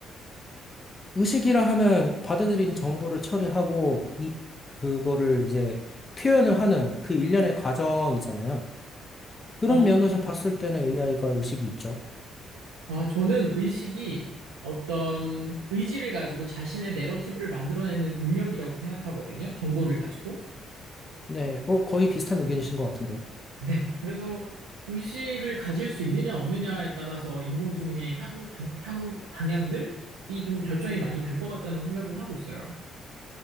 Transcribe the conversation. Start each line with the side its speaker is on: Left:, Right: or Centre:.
Left: 의식이라 하면 받아들인 정보를 처리하고 이 그거를 이제 표현을 하는 그 일련의 과정이잖아요. 그런
Right: 어,
Left: 면에서 봤을 때는 AI가 의식이 있죠.
Right: 아, 저는 의식이 어떤 의지를 가지고 자신의 내러티브를 만들어내는 능력이라고 생각하거든요. 정보를 가지고.
Left: 네, 어, 거의 비슷한 의견이신 것 같은데요.
Right: 네. 그래서 의식을 가질 수 있느냐 없느냐에 따라서 인공지능의 향후, 방, 향후 방향들이 좀 결정이 많이 될 것 같다는 생각은 하고 있어요.